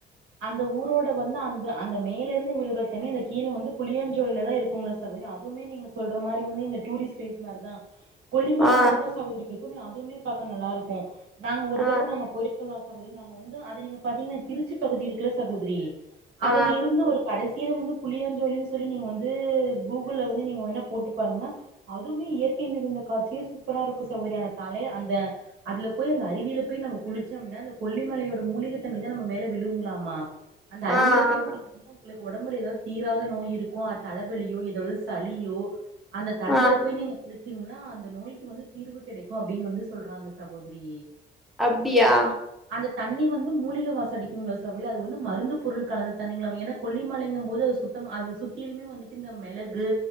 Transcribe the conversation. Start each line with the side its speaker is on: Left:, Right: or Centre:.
Right: அந்த ஊரோட வந்து அந்த அந்த மேல இருந்து விழுறத் தண்ணி அந்தக் கீழ வந்து புளியாஞ்சோழிலதா இருக்குங்ளச் சகோதரி அதுமே நீங்க சொல்ற மாரி வந்து இந்த டூரிஸ்ட் பிளேஸ் மாரிதா கொல்லிமல
Centre: ஆ
Right: மாரிதா சகோதரி இருக்கும்மே அதுமே பாக்க நல்லாருக்கு நாங்க ஒரு
Centre: ஆ
Right: தரவ நாங்க போயிட் சொல்னா சகோதிரி நாங்க வந்து அது நீங்க பாத்தீங்னா திருச்சி பகுதி இருக்குல சகோதிரி அதுல
Centre: ஆ
Right: இருந்து ஒரு கடசில வந்துப் புளியாஞ்ஜோலின் சொல்லி நீங்க வந்து கூகுள்ல வந்து நீங்க வேணாப் போட்டுப் பானுங்க அதுவுமே இயற்கை மிகுதுந்தக் காட்சியு சூப்பரா இருக்கு சகோதரி அந்த தலைய அந்த அதுலப் போயி அந்த அருவில போய் நம குளிச்சோம்ன அந்த கொல்லிமலையோட மூலிகத் தண்ணிதா நம்ம மேல விழுங்ளாமா அந்த அருவிலப்
Centre: ஆ ஆ
Right: போய் குளி <unintelligible> ங்ளுக்கு ஒடம்புல எதாவ்த் தீராத நோய் இருக்கு அத் தலைவெலியோ எதாவ்து சளியோ அந்தத் தண்ணில
Centre: ஆ
Right: போய் நீங்க குளிச் சிம்னா அந்த நோய்க்கு வந்துத் தீர்வு கெடைக்கு அப்டின் வந்து சொல்றாங்க சகோதிரி
Centre: அப்டியா
Right: அந்தத் தண்ணி வந்து மூலிக வாசடிக் துங்ளா சகோதரி அது வந்து மருந்துப் பொருள் கலந்த தண்ணிங்லாமே எனாக் கொல்லிமலைங்கம்போது அது சுத்தம் அது சுத் த்திலுமே வந்துட்டு இந்த மெளகு